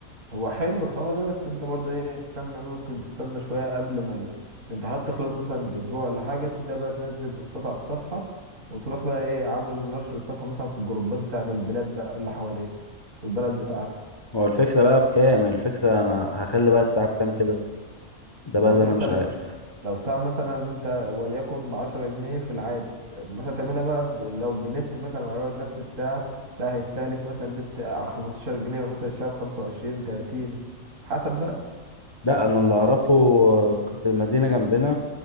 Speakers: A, on the right; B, on the left.
A: هو حلو الحوار ده بس انت برضو ايه استنى ممكن تستنى شوية قبل ما ال- الامتحانات تخلص مثلا بأسبوع ولا حاجة تبدأ بقى تنزل بوستات على الصفحة وتروح بقى ايه عامل نشر الصفحة مثلا في الجروبات بتاعة البلاد بقى اللي حواليك والبلد بتاعتك
B: هو الفكره بقى بكام الفكره انا هخلي بقى الساعه بكام كده ده
A: ما
B: بقى
A: هو
B: اللي
A: انت
B: انا
A: مثلا
B: مش عارف
A: لو الساعة مثلا انت وليكن بعشرة جنيه في العادي مثلا تعملها بقى ب- لو بنت مثلا وهيقعد نفس الساعة لا هيستهلك مثلا نت على 15 جنيه يبقى مثلا الشعب 25 30 حسب
B: لا انا اللي اعرفه آه، في المدينه جنبنا